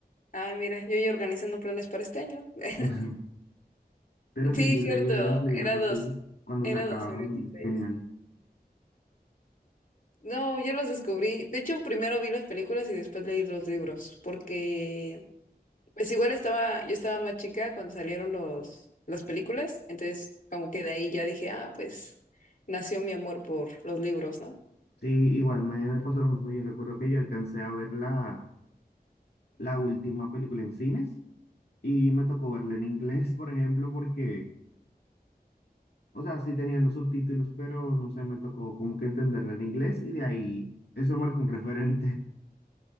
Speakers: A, on the left; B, on the left.
A: Ah, mira, yo ya organizando planes para este año. <laughs>
B: <laughs> Pero
A: Sí,
B: sí, yo
A: cierto,
B: leí los libros
A: era
B: así
A: dos,
B: cuando
A: era
B: sacaron
A: dos mil veintiséis
B: y genial.
A: No, yo los descubrí. De hecho, primero vi las películas y después leí los libros, porque pues igual estaba, yo estaba más chica cuando salieron los, las películas, entonces como que de ahí ya dije, ah, pues nació mi amor por los libros, ¿no?
B: Sí, igual me, me pasó lo mismo. Yo recuerdo que yo alcancé a ver la, la última película en cines y me tocó verla en inglés, <laughs> por ejemplo, porque, o sea, sí tenían los subtítulos, pero no sé, me tocó como que entenderla en inglés y de ahí eso marca un referente.